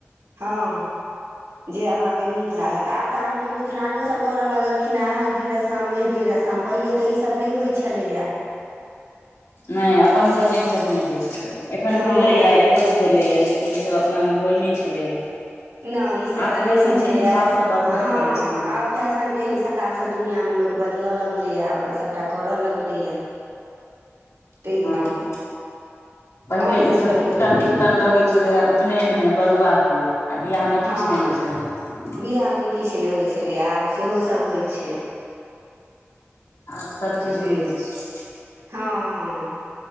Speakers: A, on the right; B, on the left.
A: हँ जे अहाँके नीक लागत आब तऽ आहाँके के मिथिलानियो सब करऽ लगलिन हे हल्दी रस रसम मेहदी रसम पहिले तऽ ईसभ नहि होइ छलैय यऽ
B: नहि, अपन सभमे ई सभ नहि होइत छलै, एखन
A: हँ
B: भेलैए। कऽ तऽ ओ भेलैए, लेकिन ई सभ अपना मे होइ नहि छलैए।
A: नहि, ई सभ
B: आब
A: तऽ नहि
B: फैशनके
A: होइ छलैए,
B: हिसाबसँ बदलय
A: हँ
B: पड़ै छै ने
A: आब। फैशनके हिसाबसँ दुनियामे लोक बदलय लगलैए, अपन सभटा करय लगलैए। ताहि
B: हँ,
A: दुआरे
B: पहिले
A: आओर
B: ई सभ
A: कहियौ
B: नहि होइत छल। कीर्तन लगैत छलैए उपनयनमे बरुआकेँ, आ विवाहमे
A: हँ
B: किछु नहि होइत छलैए।
A: बियाहमे किछु नहि होइत छलै, आब सेहो सभ होइ छै।
B: आब सभ
A: तऽ
B: चीजमे
A: से
B: होइ छै।
A: हँ हँ